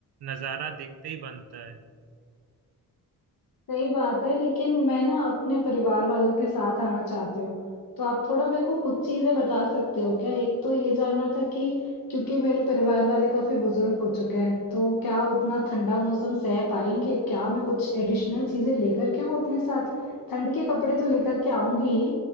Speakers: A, on the right; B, on the left.
A: नज़ारा देखते ही बनता है
B: सही बात है, लेकिन मैं ना अपने परिवार वालों के साथ आना चाहती हूँ। तो आप थोड़ा मेरे को कुछ चीज़ें बता सकते हो क्या? एक तो ये जानना था कि क्योंकि मेरे परिवार वाले काफ़ी बुजुर्ग हो चुके हैं, तो क्या उतना ठंडा मौसम सह पाएँगे? क्या मैं कुछ एडिशनल चीज़ें लेकर के आऊँ अपने साथ? ठंड के कपड़े तो लेकर के आऊँगी ही,